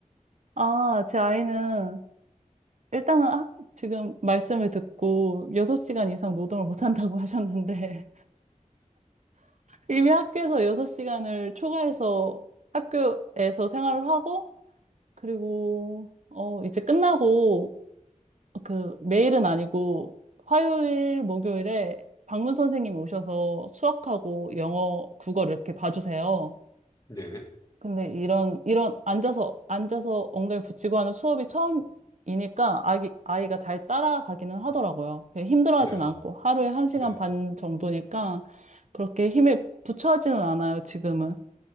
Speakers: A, on the right (about 60°); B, on the left (about 25°).
A: 아, 제 아이는 일단은 학, 지금 말씀을 듣고 6시간 이상 노동을 못한다고 <laughs> 하셨는데 이미 학교에서 6시간을 초과해서 학교에서 생활을 하고 그리고 어, 이제 끝나고 그 매일은 아니고 화요일, 목요일에 방문 선생님이 오셔서 수학하고 영어, 국어를 이렇게 봐주세요.
B: 네.
A: 근데 이런, 이런 앉아서, 앉아서 엉덩이 붙이고 하는 수업이 처음이니까 아기, 아이가 잘 따라가기는 하더라고요. 그 힘들어하진
B: 네. 아,
A: 않고 하루에 한 시간
B: 네.
A: 반 정도니까 그렇게 힘에 부처하지는 않아요, 지금은.